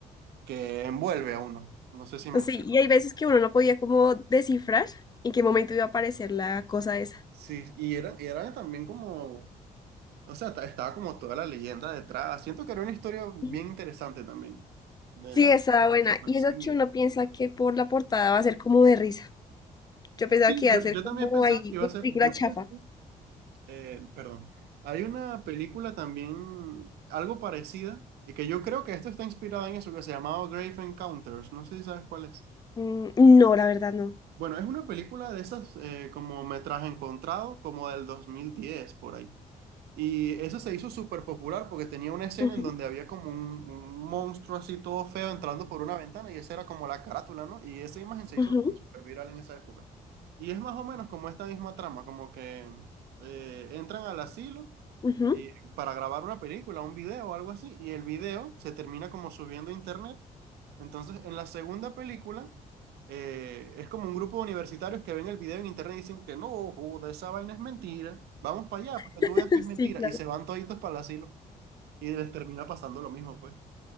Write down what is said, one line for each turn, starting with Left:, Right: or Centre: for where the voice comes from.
Right: que envuelve a uno. No sé si me
Left: Sí,
Right: explico.
Left: y hay veces que uno no podía como descifrar en qué momento iba a aparecer la cosa esa.
Right: Sí, y era, y era también como, o sea, ta- estaba como toda la leyenda detrás. Siento que era una historia bien
Left: Ujú.
Right: interesante también, de
Left: Sí,
Right: la
Left: estaba
Right: gente que había
Left: buena.
Right: desaparecido.
Left: Y eso que uno piensa que por la portada va a ser como de risa. Yo pensaba
Right: Sí,
Left: que iba
Right: yo,
Left: a ser
Right: yo
Left: como
Right: también pensaba
Left: ahí
Right: que iba
Left: una
Right: a ser,
Left: película
Right: yo
Left: chafa.
Right: pensaba, eh, perdón, hay una película también, algo parecida, y que yo creo que esto está inspirada en eso, que se llamaba Grave Encounters, no sé si sabes cuál es.
Left: Mm, no, la verdad no.
Right: Bueno, es una película de esas eh, como metraje encontrado, como del 2010 por ahí. Y eso se hizo súper popular porque tenía una escena
Left: Ujú,
Right: en donde había como un, un monstruo así todo feo entrando por una ventana y esa era como la carátula, ¿no? Y esa imagen se
Left: ujú,
Right: hizo como súper viral en esa época. Y es más o menos como esta misma trama, como que eh, entran al asilo
Left: ujú.
Right: y- para grabar una película, un video o algo así, y el video se termina como subiendo a internet entonces, en la segunda película, eh, es como un grupo de universitarios que ven el video en internet y dicen que no, joda, esa vaina es mentira. Vamos para allá, para que
Left: <laughs>
Right: tú veas que es mentira.
Left: Sí, claro.
Right: Y se van toditos para el asilo. Y les termina pasando lo mismo, pues.